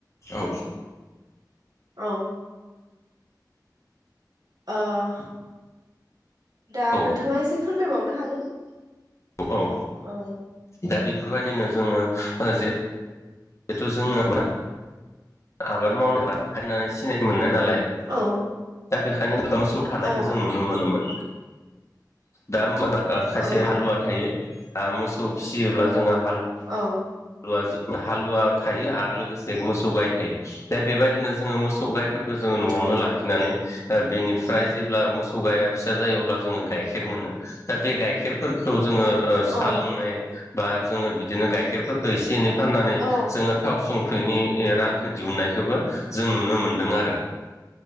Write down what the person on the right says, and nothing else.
औ अह दा
नोंथाङा एसे फोरमायबावनो हागोन
औ
औ
औ
औ
औ
औ
औ
औ